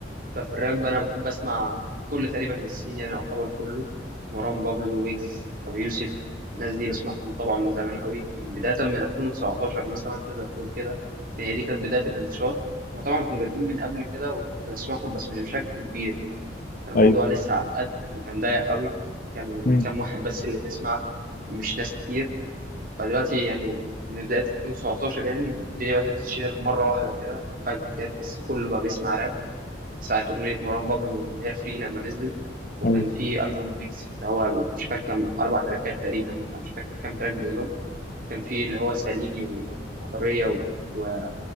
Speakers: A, on the right (about 45°); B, on the left (about 45°).
A: ففي الراب انا بحب اسمع كل تقريبا السين يعني يعتبر كله مروان بابلو ويجز ابي يوسف الناس دي بسمعهم طبعا من زمان قوي من بدايه من 2019 مثلا تقدر تقول كده يعني دي كانت بدايه الانتشار وطبعا كانوا بادئين من قبل كده وكنت بسمعهم بس مش بشكل كبير يعني كان الموضوع
B: ايوه
A: لسه على القد وكان ضيق قوي كان
B: امم
A: كام واحد بس اللي بيسمع مش ناس كتير فدلوقتي يعني من بداية 2017 يعني الدنيا بدأت تتشهر مرة واحدة كده فجأة كده تحس كله بقى بيسمع راب ساعة أغنية مروان بابلو اللي هي فري لما نزلت وكان
B: ايوه
A: في ألبوم ويجز اللي هو ال- مش فاكر كام أربع تراكات تقريبا ولا مش فاكر كام تراك بالظبط كان في اللي هو ساليني و- وحرية و... و...